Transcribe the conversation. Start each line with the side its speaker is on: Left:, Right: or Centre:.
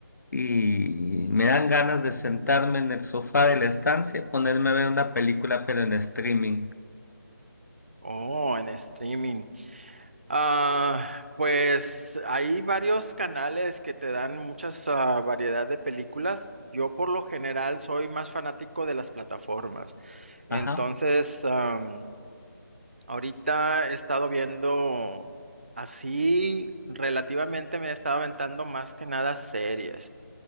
Left: y me dan ganas de sentarme en el sofá de la estancia y ponerme a ver una película, pero en streaming.
Right: Oh, en streaming. Ah, pues hay varios canales que te dan muchas ah, variedad de películas. Yo por lo general soy más fanático de las plataformas. Entonces,
Left: Ajá.
Right: am, ahorita he estado viendo así, relativamente me he estado aventando más que nada series.